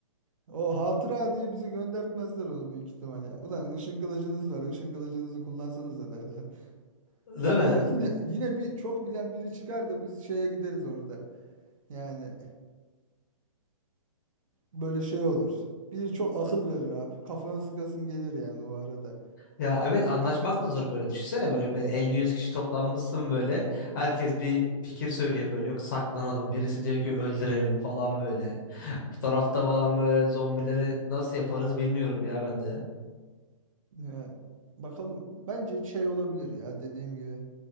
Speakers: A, on the right; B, on the left.
A: O hatıra diye bizi göndertmezler onu büyük ihtimal ya. Ulan ışın kılıcınız var. Işın kılıcınızı kullansanız da derler. <laughs>
B: Değil
A: Ya
B: mi?
A: bir, yine yine bir çok bilen biri çıkar da biz şeye gideriz orada. Yani böyle şey olur. Biri çok akıl verir abi. Kafana sıkasın gelir yani o arada.
B: Ya evet anlaşmak da zor böyle. Düşünsene böyle, böyle 50-100 kişi toplanmışsın böyle. Herkes bir fikir söylüyor böyle. Yok saklanalım. Birisi diyor ki öldürelim falan böyle. Bu tarafta falan böyle zombileri nasıl yaparız bilmiyorum ya ben de.
A: Ya, bakalım. Bence şey olabilir ya dediğim gibi.